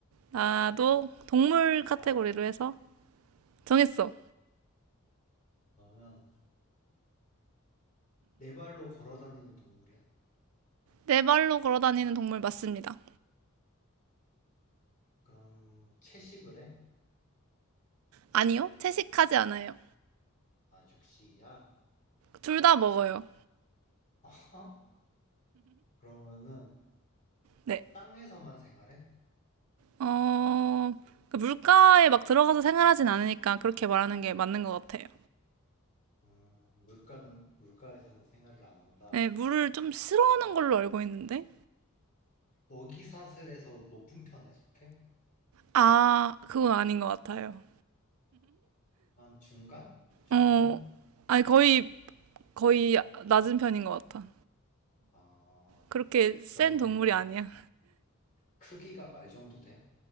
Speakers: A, on the right; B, on the left.
A: 나도
B: 알았어.
A: 동물 카테고리로
B: 아,
A: 해서 정했어.
B: 그러면 네 발로 걸어 다니는 동물이야?
A: 네 발로 걸어 다니는 동물 맞습니다.
B: 그럼 채식을 해?
A: 아니요, 채식하지 않아요.
B: 아, 육식이야?
A: 둘 다 먹어요.
B: <laughs> 어허? 그러면은
A: 네.
B: 땅에서만 생활해?
A: 어, 그 물가에 막 들어가서 생활하진 않으니까 그렇게 말하는 게 맞는 것 같아요.
B: 음, 물가는, 물가에서는 생활을 안 한다.
A: 네, 물을 좀 싫어하는 걸로 알고 있는데.
B: 먹이 사슬에서 높은 편에 속해?
A: 아, 그건 아닌 것 같아요.
B: 한 중간? 중간?
A: 어, 아니, 거의, 거의 낮은 편인 것 같아.
B: 아,
A: 그렇게 센
B: 그러면은
A: 동물이 아니야.
B: 크기가 말 정도 돼?